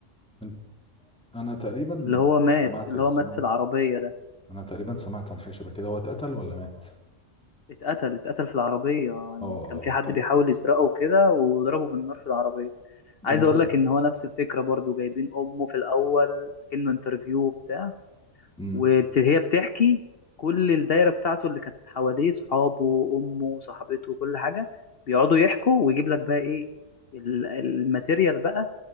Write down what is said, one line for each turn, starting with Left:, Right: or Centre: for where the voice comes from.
Centre: أنت- انا تقريبا
Left: اللي هو مات
Centre: سمعت
Left: اللي
Centre: سمعت
Left: هو مات في العربية
Centre: انا تقريبا سمعت عن حاجة شبه كده هو اتقتل ولا مات
Left: اتقتل اتقتل في العربية
Centre: اه اه
Left: كان في حد
Centre: كان
Left: بيحاول يسرقه وكده وضربه بالنار في العربية عايز
Centre: كان
Left: اقول
Centre: شاب
Left: لك ان هو نفس الفكرة برضو جايبين امه في الاول كأنه انترفيو بتاع
Centre: امم
Left: وهي بتحكي كل الدايرة بتاعته اللي كانت حواليه صحابه امه صاحبته كل حاجة بيقعدوا يحكوا ويجيب لك بقى ايه ال- الماتيريال بقى